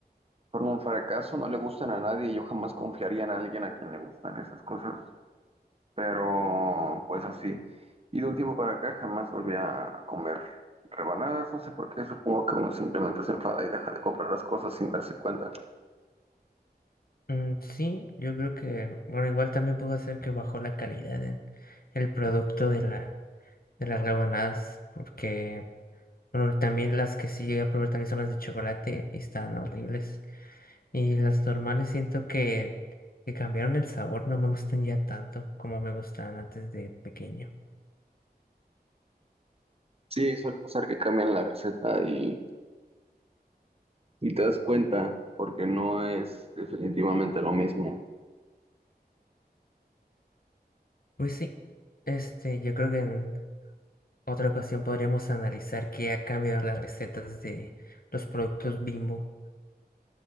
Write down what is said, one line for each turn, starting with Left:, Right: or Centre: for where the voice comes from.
Right: Fueron un fracaso, no le gustan a nadie y yo jamás confiaría en alguien a quien le gustan esas cosas. pero pues así. Y de un tiempo para acá jamás volví a comer rebanadas, no sé por qué, supongo que uno simplemente se enfada y deja de comprar las cosas sin darse cuenta.
Left: Mm, sí, yo creo que, bueno, igual también pudo hacer que bajó la calidad en el producto de la de las rebanadas, porque Pero también las que sí llegué a probar también son las de chocolate y están horribles. Y las normales siento que, que cambiaron el sabor, no me gustan ya tanto como me gustaban antes de pequeño.
Right: Sí, suele pasar que cambian la receta y, y te das cuenta porque no es definitivamente lo mismo.
Left: Pues sí, este, yo creo que en otra ocasión podríamos analizar qué ha cambiado las recetas de los productos Bimbo.